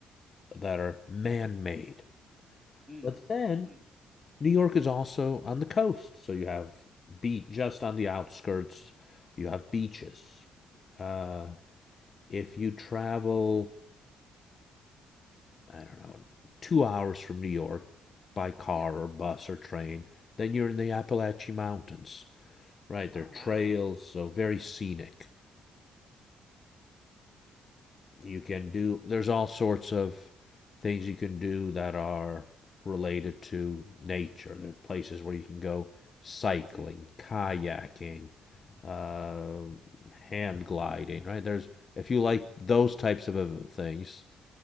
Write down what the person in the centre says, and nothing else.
Mm,
mm.
Yeah.
Oh
wow.
Mm,